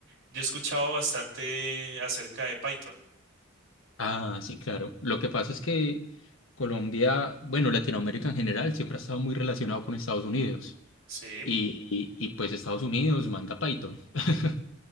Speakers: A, on the right (about 80°); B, on the left (about 75°).
A: Yo he escuchado bastante acerca de Python.
B: Ah, sí, claro. Lo que pasa es que Colombia, bueno, Latinoamérica en general siempre ha estado muy relacionado con Estados Unidos
A: Sí.
B: y, y y, pues Estados Unidos manda Python. <laughs>